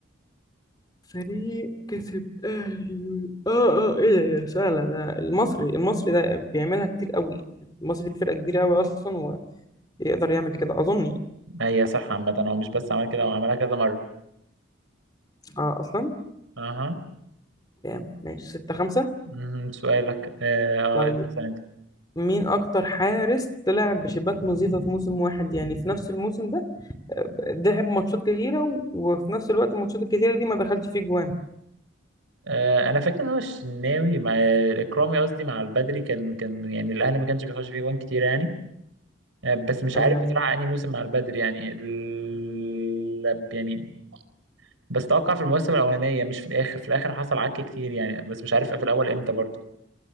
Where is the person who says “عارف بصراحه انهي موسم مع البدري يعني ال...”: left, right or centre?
Right